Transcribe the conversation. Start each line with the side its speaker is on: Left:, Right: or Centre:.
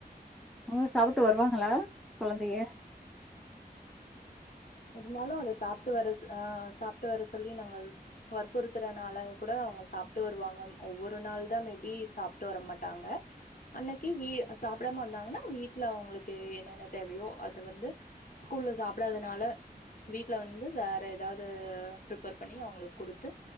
Centre: ஓ சாப்புட்டு வருவாகளா கொழந்தைய
Left: இருந்தாலு அத சாப்ட்டு வர ஆ சாப்ட்டு வர சொல்லி நாங்க வற்புறுத்துறனால கூட அவுங்க சாப்ட்டு வருவாங்க ஒவ்வொரு நாள் தா மேபி சாப்ட்டு வர மாட்டாங்க அன்னக்கி வீ சாப்டாம வந்தாங்கனா வீட்ல அவுங்களுக்கு என்னென்ன தேவயோ அ த வந்து ஸ்கூல்ல சாப்டாதனால வீட்ல வந்து வேற எதாவ்து ப்ரிப்பர் பண்ணி அவுங்களுக்கு குடுத்து